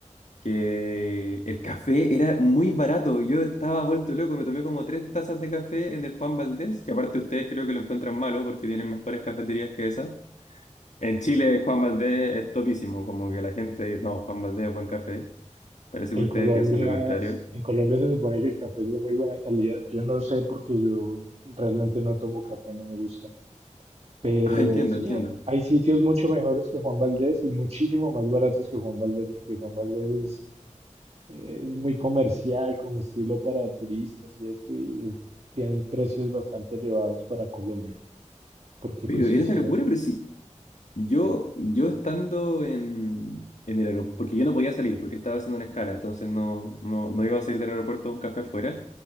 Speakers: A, on the left; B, on the right.
A: que el café era muy barato. Yo estaba vuelto loco, me tomé como tres tazas de café en el Juan Valdés, que aparte ustedes creo que lo encuentran malo porque tienen mejores cafeterías que esa. En Chile, Juan Valdés es topísimo, como que la gente, no, Juan Valdés es buen café. Parece
B: En
A: que ustedes
B: Colombia,
A: piensan lo contrario.
B: en Colombia se supone que el café es de muy buena calidad. Yo no sé porque yo realmente no tomo café, no me gusta. Pero
A: Ah, entiendo,
B: sí,
A: entiendo.
B: hay sitios mucho mejores que Juan Valdez y muchísimo más baratos que Juan Valdez, porque Juan Valdez es, es muy comercial como estilo para turistas y esto, y es- tienen precios bastante elevados para Colombia. Porque
A: Pero
B: pues sí,
A: era
B: sí,
A: una locura,
B: vas-
A: pero sí. Yo, yo estando en, en el aeropuerto, porque yo no podía salir, porque estaba haciendo una escala, entonces no, no, no iba a salir del aeropuerto a un café afuera,